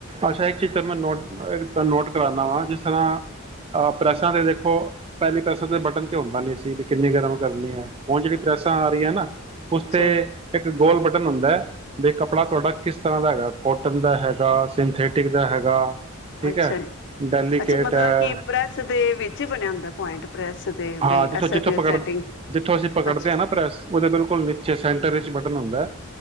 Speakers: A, on the right; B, on the left.
A: ਅੱਛਾ ਇੱਕ ਚੀਜ਼ ਮੈਂ ਨੋ ਨੋਟ ਕਰਾਉਂਦਾ ਵਾਂ ਜਿਸ ਤਰ੍ਹਾਂ ਅ ਪ੍ਰੈਸਾਂ ਤੇ ਦੇੋ ਪਹਿਲੀ ਤਾਂਸ ਦੇ ਬਟਨ ਤੇ ਹੁੰਦਾ ਨੀ ਸੀ ਵੀ ਕਿੰਨੀ ਗਰਮ ਕਰਨੀ ਹੈ ਹੁਣ ਜਿਹੜੀ ਪ੍ਰੈਸਾਂ ਆ ਰਹੀ ਹੈ ਨਾ ਉਸੇ
B: ਜੀ
A: ਇੱਕ ਗੋਲ ਬਟਨ ਹੁੰਦਾ ਹੈ ਤੇ ਕੱਪੜਾ ਤੁਹਾਡਾ ਕਿਸ ਤਰ੍ਹਾਂ ਦਾ ਹੈਗਾ ਕੋਟ ਕਾਟਨ ਦਾ ਹੈਗਾ ਸਿੰਥੈਟਿਕ ਦਾ ਹੈਗਾ ਠੀਕ
B: ਅੱਛਾ
A: ਹੈ
B: ਜੀ
A: ਡੈਲੀਕੇਟ
B: ਅੱਛਾ ਮਤਲਬ
A: ਹੈ
B: ਕਿ ਪ੍ਰੈਸ ਦੇ ਵਿੱਚ ਬਣਿਆ ਜਾਂਦਾ ਪੁਆਇੰਟ ਪ੍ਰੈਸ ਦੇ
A: ਹਾਂ
B: ਬਈ
A: ਜਿੱਥੋਂ
B: ਐਸਾ
A: ਜਿੱਥੋਂ
B: ਜੋ
A: ਪਕੜ
B: ਸੈਟਿੰਗ
A: ਜਿੱਥੋਂ ਅਸੀਂ ਪਕੜਦੇ
B: ਅੱਛਾ
A: ਹਾਂ ਨਾ ਪ੍ਰੈਸ ਉਹਦੇ ਬਿਲਕੁਲ ਨੀਚੇ ਸੈਂਟਰ ਵਿੱਚ ਬਟਨ ਹੁੰਦਾ ਹੈ